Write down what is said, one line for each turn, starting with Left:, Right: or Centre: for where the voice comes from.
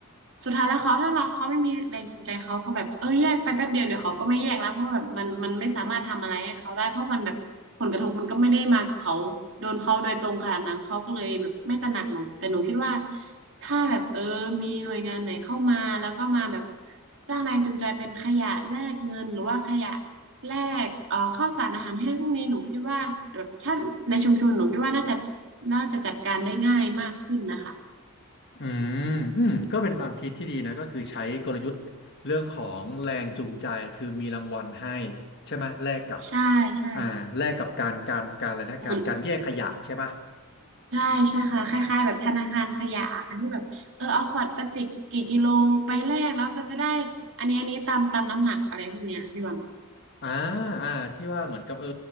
Right: สุดท้ายแล้วเขาถ้าเราเขาไม่มีแรงจูงใจเขาก็แบบเออแยกไปแป๊บเดียวเดี๋ยวเขาก็ไม่แยกแล้วเพราะว่าแบบมันมันไม่สามารถทำอะไรให้เขาได้เพราะมันแบบผลกระทบมันก็ไม่ได้มากับเขาโดนเขาโดยตรงขนาดนั้นเขาก็เลยแบบไม่ตระหนักหนูแต่หนูคิดว่า ถ้าแบบเออมีหน่วยงานไหนเข้ามาแล้วก็มาแบบสร้างแรงจูงใจเป็นขยะแลกเงินหรือว่าขยะแลกเอ่อข้าวสารอาหารแห้งพวกนี้หนูคิดว่าแบบท่านในชุมชนหนูคิดว่าน่าจะน่าจะจัดการได้ง่ายมากขึ้นนะคะ
Left: อืมอืมก็เป็นความคิดที่ดีนะก็คือใช้กลยุทธ์เรื่องของแรงจูงใจคือมีรางวัลให้ใช่ไหมแลกกับ
Right: ใช่ใช่
Left: อ่าแลกกับการการการอะไรนะการการแยกขยะใช่ปะ
Right: เหมือนใช่ใช่ค่ะคล้ายๆแบบธนาคารขยะค่ะที่แบบเออเอาขวดพลาสติกกี่กิโลไปแลกแล้วก็จะได้อันนี้อันนี้ตามตามน้ำหนักอะไรพวกเนี้ยพี่วัน
Left: อ่าอ่าที่ว่าเหมือนกับเออ